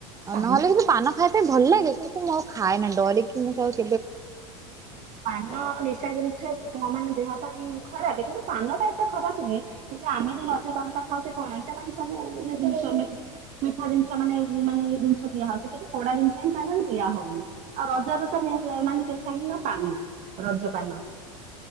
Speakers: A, on the right; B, on the right.
A: ଆଉ
B: ପାନ
A: ନହେଲେ କିଛି ପାନ ଖାଇବା ପାଇଁ ଭଲ ଲାଗେ କି ମୁଁ ଆଉ ଖଏ ନା ଡରିକି ମୁଁ ସେ
B: ପାନ ନିଶା ଜିନିଷ ମାନେ ଦେହ ପାଇଁ ଖରାପ କିନ୍ତୁ ପାନ ଟା ଏତେ ଖରାପ ନୁହେଁ କିନ୍ତୁ ଆମେ ଯୋଉ ରଜ ପାନ ଟା ଖାଉଚେ କଣ ଏଇଟା ମାନେ ସବୁ ଜିନିଷ ମିଠା ଜିନିଷ ମାନେ ମାନେ ଏଇ ଜିନିଷ ଦିଆ ହଉଚି କିଛି କଡା ଜିନିଷ ହିଁ ତା ଦେହରେ ଦିଆ ହଉନି। ଆଉ ରାଜରେ ତ ସ୍ପେସିଆଲ ହେଲା ପାନ ରଜ ପାନ।